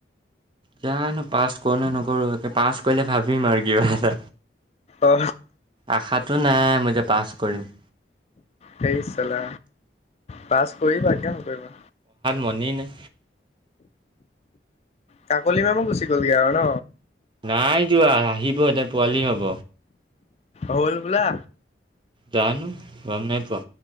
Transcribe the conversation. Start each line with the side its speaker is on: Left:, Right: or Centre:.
Right: জানো পাছ কৰ ন নকৰো পাছ কৰিলে ভাবিম আৰু কিবা এটা।
Left: অ
Right: আশাতটো নাই মই যে পাছ কৰিম
Left: সেই চলা পাছ কৰিবা কিয় নকৰিবা?
Right: মনে নাই।
Left: কাকলি মেমো গুচি গ'লগৈ আৰু ন
Right: নাই যোৱা আহিবহেঁতে পোৱালি হ'ব।
Left: হল বুলা।
Right: জানো গম নাই পোৱা।